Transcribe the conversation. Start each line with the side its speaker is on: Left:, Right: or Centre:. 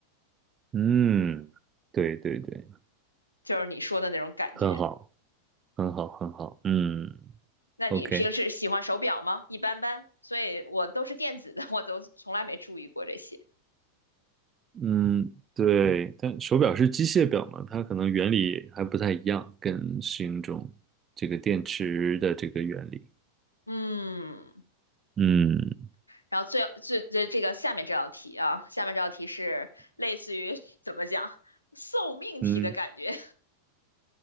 Right: 嗯，对对对，
Left: 就是你说的那种感觉。
Right: 很好，很好，很好。嗯
Left: 那你平时喜欢手表吗？
Right: ，OK。
Left: 一般般，所以我都是电子的，我都从来没注意过这些。
Right: 嗯，对，但手表是机械表嘛，它可能原理还不太一样，跟适应中这个电池的这个原理。
Left: 嗯，
Right: 嗯
Left: 然后最最最这个下面这道题啊，下面这道题是类似于怎么讲 <laughs> 送命题的感觉，
Right: 嗯，